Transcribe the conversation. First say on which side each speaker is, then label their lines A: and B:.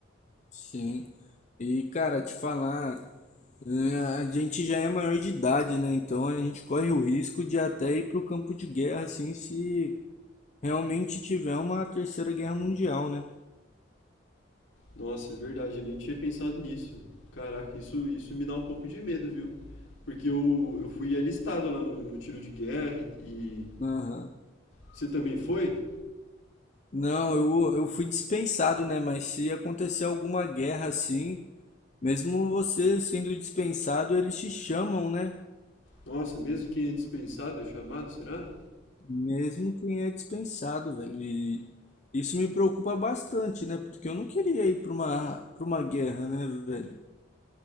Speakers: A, on the left; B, on the left.
A: sim. E, cara, te falar, é, a gente já é maior de idade, né? Então a gente corre o risco de até ir pro campo de guerra, assim, se realmente tiver uma Terceira Guerra Mundial, né?
B: Nossa, é verdade, eu nem tinha pensado nisso. Caraca, isso, isso me dá um pouco de medo, viu? Porque eu, eu fui alistado lá no, no tiro de guerra e, e...
A: Aham.
B: Você também foi?
A: Não, eu, eu fui dispensado, né? Mas se acontecer alguma guerra assim, mesmo você sendo dispensado, eles te chamam, né?
B: Nossa, mesmo quem é dispensado é chamado, será?
A: Mesmo quem é dispensado, velho. E isso me preocupa bastante, né? Porque eu não queria ir para uma, para uma guerra, né, velho?